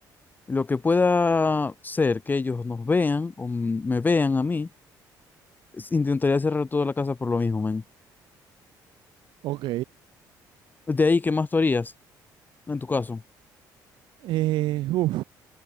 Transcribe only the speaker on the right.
Ok.
Eh, uf.